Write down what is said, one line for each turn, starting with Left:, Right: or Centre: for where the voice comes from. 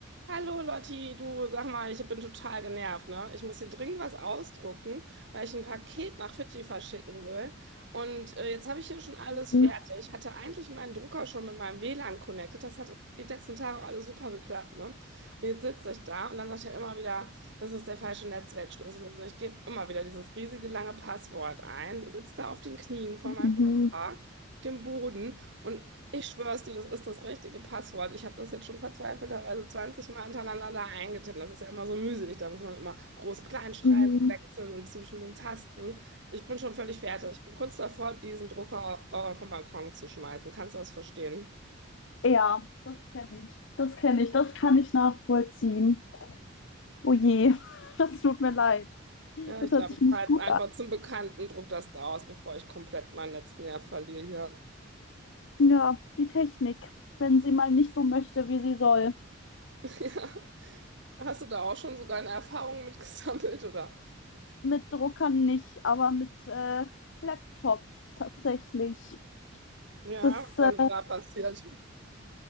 Right: Hallo Lotti, du sag mal, ich bin total genervt, ne? Ich muss hier dringend was ausdrucken, weil ich ein Paket nach Fidschi verschicken will. Und äh, jetzt habe ich hier schon alles
Left: Mhm.
Right: fertig. Ich hatte eigentlich meinen Drucker schon mit meinem WLAN connected. Das hat die letzten Tage alles super geklappt, ne? Und jetzt sitze ich da und dann sagt er immer wieder, das ist der falsche Netzwerkschlüssel. Und ich gebe immer wieder dieses riesige lange Passwort ein, sitze da auf den Knien vor meinem
Left: Mhm.
Right: Drucker, dem Boden. Und ich schwör's dir, das ist das richtige Passwort. Ich habe das jetzt schon verzweifelterweise 20 Mal hintereinander da eingetippt. Das ist ja immer so mühselig. Da muss man immer Groß-Kleinschreibung
Left: Mhm.
Right: klein wechseln und zwischen den Tasten. Ich bin schon völlig fertig. Ich bin kurz davor, diesen Drucker äh, vom Balkon zu schmeißen. Kannst du das verstehen?
Left: Ja, das kenne ich. Das kenne ich. Das kann ich nachvollziehen. Oh je, <laughs> das tut mir leid.
Right: Ja,
Left: Das
Right: ich
Left: hört
Right: glaube,
Left: sich
Right: ich
Left: nicht
Right: fahre
Left: gut
Right: jetzt einfach
Left: an.
Right: zum Bekannten, druck das da aus, bevor ich komplett meinen letzten Nerv verliere hier.
Left: Ja, die Technik, wenn sie mal nicht so möchte, wie sie soll.
Right: <laughs> Ja. Hast du da auch schon so deine Erfahrungen mitgesammelt oder?
Left: Mit Druckern nicht, aber mit äh, Laptops tatsächlich.
Right: Ja,
Left: Das,
Right: was
Left: äh,
Right: da passiert?